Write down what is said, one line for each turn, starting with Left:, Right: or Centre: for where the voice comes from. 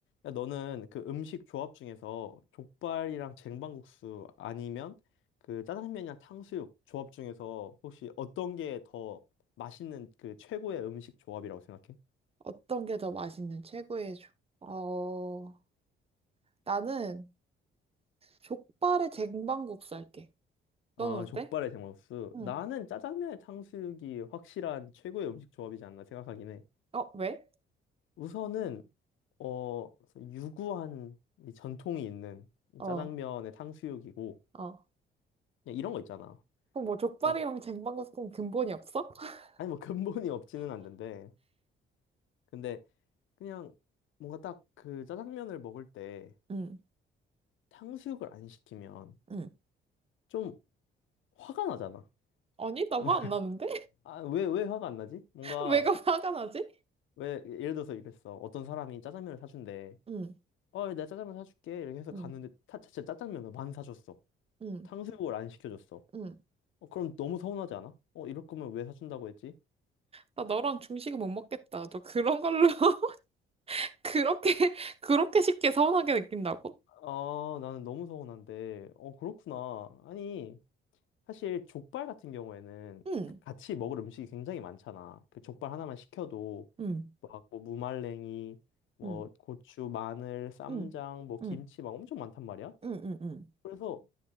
Left: 야, 너는 그 음식 조합 중에서 족발이랑 쟁반국수 아니면 그 짜장면이랑 탕수육 조합 중에서 혹시 어떤 게 더 맛있는 그 최고의 음식 조합이라고 생각해?
Right: 어떤 게 더 맛있는 최고의 족? 어, 나는 족발에 쟁반국수 할게. 너는
Left: 아,
Right: 어때?
Left: 족발에 쟁반국수.
Right: 응.
Left: 나는 짜장면에 탕수육이 확실한 최고의 음식 조합이지 않나 생각하긴 해.
Right: 어, 왜?
Left: 우선은 어 유구한 이 전통이 있는 이
Right: 어,
Left: 짜장면에 탕수육이고
Right: 어.
Left: 그냥 이런 거 있잖아.
Right: 그럼 뭐 족발이랑
Left: 딱
Right: 쟁반국수 그럼 근본이 없어? <laughs>
Left: 아니 뭐 근본이 없지는 않는데 근데 그냥 뭔가 딱 그 짜장면을 먹을 때
Right: 응,
Left: 탕수육을 안 시키면
Right: 응,
Left: 좀 화가 나잖아.
Right: 아니, 나
Left: <laughs>
Right: 화 안 나는데?
Left: 아, 왜, 왜 화가 안 나지?
Right: <laughs>
Left: 뭔가,
Right: 왜가 화가 나지?
Left: 왜, 예를 들어서 이랬어. 어떤 사람이 짜장면을 사준대.
Right: 응,
Left: 어, 내가 짜장면 사줄게. 이렇게 해서
Right: 응,
Left: 갔는데, 타, 진짜 짜장면을 만 사줬어.
Right: 응,
Left: 탕수육을 안 시켜줬어.
Right: 응.
Left: 어, 그럼 너무 서운하지 않아? 어, 이럴 거면 왜 사준다고 했지?
Right: 나 너랑 중식은 못 먹겠다. 너 그런 걸로 <laughs> 그렇게 그렇게 쉽게 서운하게 느낀다고?
Left: 아, 나는 너무 서운한데. 어, 그렇구나. 아니, 사실 족발 같은 경우에는
Right: 응,
Left: 그 같이 먹을 음식이 굉장히 많잖아. 그 족발 하나만 시켜도
Right: 응,
Left: 막 뭐 무말랭이, 뭐
Right: 응,
Left: 고추, 마늘, 쌈장,
Right: 응,
Left: 뭐
Right: 응,
Left: 김치 막 엄청 많단 말이야.
Right: 응, 응, 응,
Left: 그래서